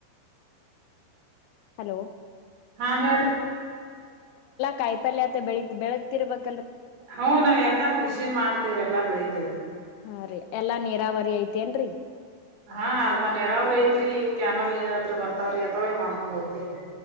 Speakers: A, on the left (about 85°); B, on the right (about 60°).
A: ಹಲೋ
B: ಹಾ ಹೇಳ್ರಿ.
A: ಕಾಯ್ ಪಲ್ಯತ್ ಬೆಳ ಬೆಳೆತಿರ್ಬೇಕ್.
B: ಹು ನಾವ್ ಎಲ್ಲಾ ಕೃಷಿ ಮಾಡ್ತೇವ್ ಎಲ್ಲಾ ಬೆಳಿತಿವ್ರಿ
A: ಹಾ ರೀ ಎಲ್ಲಾ ನೀರಾವರಿ ಐತೇನ್ರರಿ
B: ಹಾ ಅರ್ಧ ನೀರಾವರಿ ಐತ್ರಿ ಇವ್ ಕ್ಯಾ ಕಲ್ ನೀರ್ ಹತ್ರ ಬರ್ತಾವ್ರೀ ಅತ್ರೂಳ್ಗ್ ಮಾಡ್ಕೊಂಡ್ ಹೋಗ್ತಿವ್ರಿ.